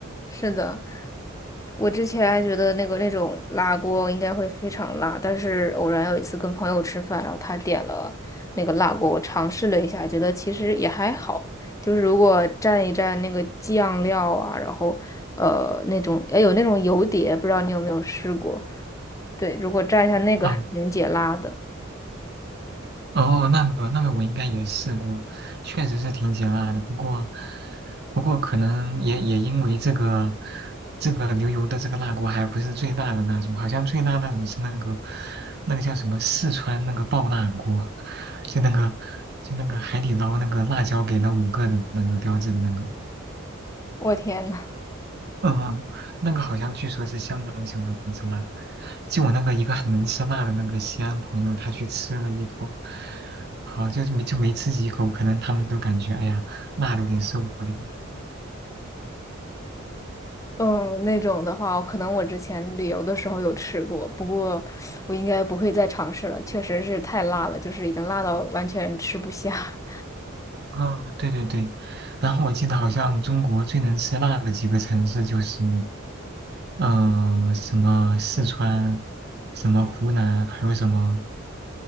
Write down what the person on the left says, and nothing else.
是的，我之前还觉得那个那种辣锅应该会非常辣，但是偶然有一次跟朋友吃饭，然后他点了那个辣锅，我尝试了一下，觉得其实也还好，就是如果蘸一蘸那个酱料啊，然后呃那种哎有那种油碟，不知道你有没有试过？对，如果蘸一下那个还挺解辣的。
我天呐！
嗯，那种的话，可能我之前旅游的时候有吃过，不过我应该不会再尝试了，确实是太辣了，就是已经辣到完全吃不下。<laughs>